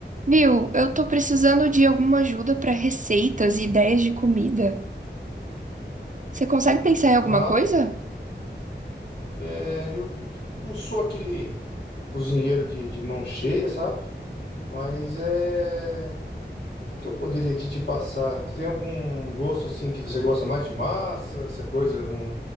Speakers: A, on the right (about 45°); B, on the left (about 55°).
A: Viu, eu tô precisando de alguma ajuda pra receitas e ideias de comida. Você consegue pensar em alguma
B: Ah,
A: coisa?
B: é, eu não sou aquele cozinheiro de, de mão cheia, sabe? Mas é. O que que eu poderia te, te passar? Tem algum gosto assim que você gosta mais de massa, essa coisa, um,